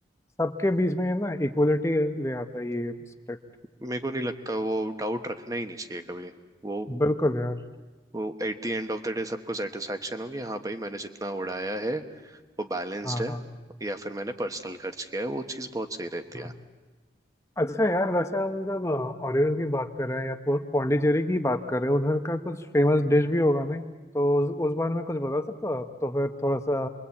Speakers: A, on the left; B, on the right.
A: सबके बीच में ये ना इक्वलिटी ले आता है ये स्प्लिट
B: मेरे को नहीं लगता वो डाउट रखना ही नहीं चाहिए कभी वो
A: बिल्कुल यार
B: वो at the end of the day सबको सेटिस्फेक्शन होगी हाँ भाई मैंने जितना उड़ाया है वो बैलेंस्ड
A: हाँ
B: है
A: हाँ
B: या फिर मैंने पर्सनल खर्च किया है वो चीज़ बहुत सही रहती
A: हाँ
B: है
A: अच्छा यार वैसे हम जब ओरिजिन की बात कर रहे हैं या पो- पौंडीचेरी की बात कर रहे हैं उधर का कुछ फेमस डिश भी होगा नहीं तो उस, उस बारे में कुछ बता सकते हो आप तो फिर थोड़ा सा